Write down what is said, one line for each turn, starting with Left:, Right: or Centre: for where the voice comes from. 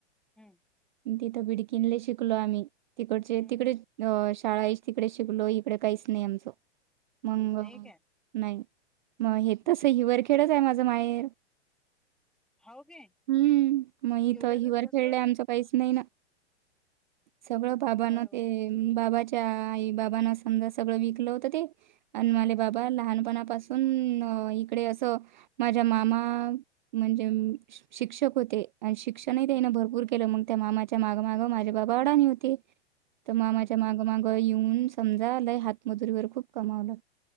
Centre: हम्म!
Right: तिथं बिडकीनला शिकलो आम्ही, तिकडचे
Centre: हम्म
Right: तिकडे अ शाळा ही तिकडेच शिकलो इकडे काहीच नाही आमचं मग
Centre: नाही काय?
Right: नाही मग हे
Centre: हम्म
Right: तस हिवरखेडच आहे माझं माहेर.
Centre: हो गे मग
Right: हम्म, इथं
Centre: एवढ्या
Right: हिवर
Centre: दूर कस
Right: खेळलंय
Centre: होते
Right: आमचं काहीच नाही ना सगळं बाबांना
Centre: घर
Right: ते बाबाच्या आई बाबना समजा सगळं विकलं होतं ते अन्माले
Centre: हम्म
Right: बाबा
Centre: हम्म
Right: लहानपणापासून इकडे असं माझ्या मामा म्हणजे शिक्षक होते आणि शिक्षण न
Centre: हम्म
Right: भरपूर केलं मग त्या मामाच्या मागमाग माझ्या बाबा वडा न होती तर मामाच्या
Centre: हम्म हम्म
Right: माग माग येन समजा हातमजुरी व खप कमाव